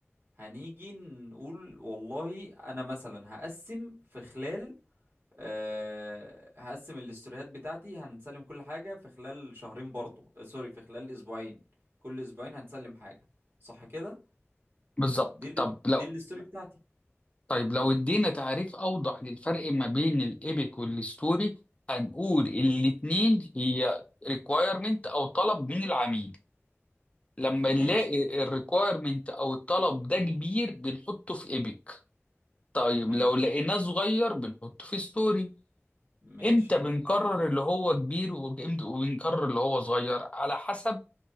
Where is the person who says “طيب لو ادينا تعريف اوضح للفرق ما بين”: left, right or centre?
Left